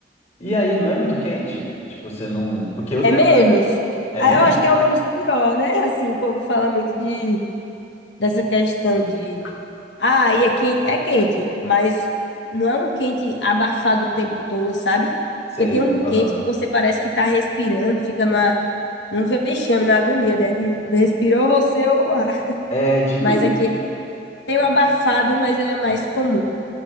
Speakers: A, on the left (about 40°); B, on the left (about 80°).
A: E aí, não é muito quente? Tipo, você não. Porque eu,
B: É
A: eu
B: menos.
A: também. É
B: Ah,
A: mesmo?
B: Eu acho que é o menos pior, né? <laughs> Assim, o povo fala muito de, dessa questão de Ah, e é quente, é quente, mas não é um quente abafado o tempo todo, sabe?
A: Sei.
B: Porque tem um quente
A: aham.
B: que você parece que tá respirando, fica numa, num vexame, na agonia, né? De respirou você ou o ar.
A: É, tipo
B: Mas aqui tem um abafado, mas ele é mais comum.